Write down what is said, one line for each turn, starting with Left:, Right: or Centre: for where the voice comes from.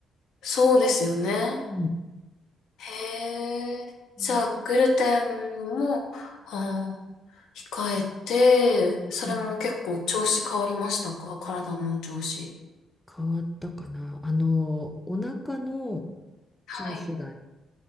Left: そうですよね。
Centre: うん
Left: へえ。じゃあ、
Centre: うん
Left: グルテンも、あー控えて、
Centre: うん
Left: それも結構調子変わりましたか体の調子。
Centre: 変わったかな。あの、お腹の
Left: はい。
Centre: 調子が、